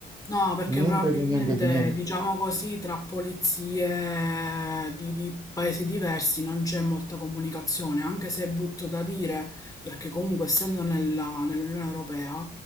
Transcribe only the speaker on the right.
niente
di niente di niente.